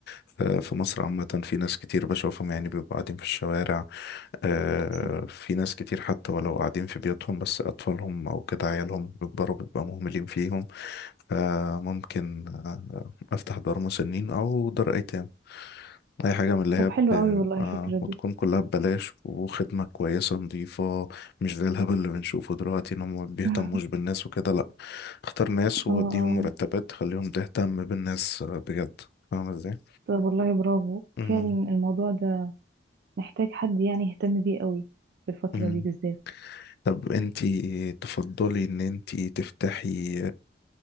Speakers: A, on the left (about 60°); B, on the right (about 60°).
A: في في مصر عامة في ناس كتير بشوفهم يعني بيبقوا قاعدين في الشوارع آه،
B: صح
A: في ناس كتير حتى ولو قاعدين في بيوتهم بس اطفالهم او كده عيالهم بيكبروا بيبقى مهملين فيهم فممكن آه، أفتح دار مسنين أو دار أيتام أي حاجة من اللي هي
B: طب حلو
A: ب...
B: قوي والله
A: آه،
B: الفكرة دي
A: وتكون كلها ببلاش وخدمة كويسة نظيفة مش زي الهبل اللي بنشوفه دلوقتي إن هم ما بيهتموش
B: <laughs>
A: بالناس وكده لأ اختار ناس ووديهم
B: اه اه
A: مرتبات تخليهم تهتم بالناس آه، بجد فاهمة إزاي؟
B: طب والله برافو
A: مم.
B: فعلا الموضوع ده محتاج حد يعني يهتم بيه قوي في الفترة
A: مم.
B: دي بالذات
A: طب انتي تفضلي ان انتي تفتحي